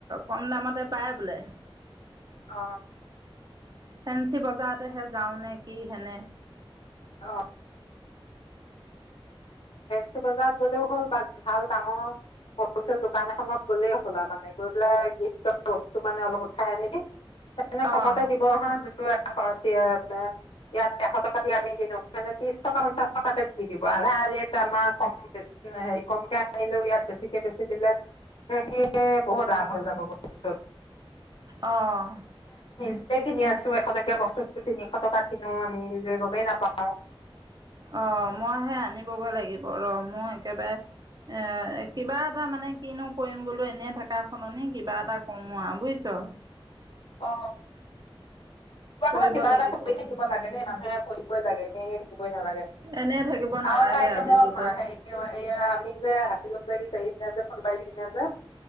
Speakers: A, on the right (about 45°); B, on the left (about 70°).
A: কম দামত তাই পায় বোলে।
B: অ
A: ফেঞ্চি বজাৰতেহে যাওঁ নে কি হেনে
B: অ ফেঞ্চি বজাৰত গলেও হ'ল বা ভাল ডাঙৰ হলচেল দোকান এখনত গ'লেই হ'ল আৰু মানে গৈ পেলাই গিফ্টৰ বস্তু মানে অলপ উঠাই আনিবি। এনে
A: অ'
B: কমতে দিব নহয় যে <unintelligible> <unintelligible> ইয়াত এশ টকা দি আমি মানে ত্ৰিশ টকা পঞ্চাশ টকাতে দি দিব আধা ৰে আমাৰ কমে হে কমকে আহিলেও ইয়াত বেছিকে বেছি দিলে। সেইকে বহুত লাভ হৈ যাব পিছত
A: অহঁ
B: সেইকিনি আছো এশ টকীয়া বস্তুতটো তিনিশ টকা কিনো আমি যে গমেই নাপাওঁ অ
A: অ মইহে আনিবগৈ লাগিব ৰম মই একেবাৰে এ কিবা এটা মানে কিনো কৰিম বোলো এনেই থকা সলনি কিবা এটা কমোৱা বুইছ।
B: অ। কিবা
A: কৰিব
B: নহয় কিবা
A: লাগিব
B: এটা কৰি থাকিব লাগে ন? নৈ ক লাগে ন। লাগে
A: এনে থাকিব নালাগে
B: আৰু এটা এতিয়া
A: আজিৰ
B: মই
A: যুগত
B: মা আমি যে আছিলো? নজা ফটো মাৰি দিছে যে।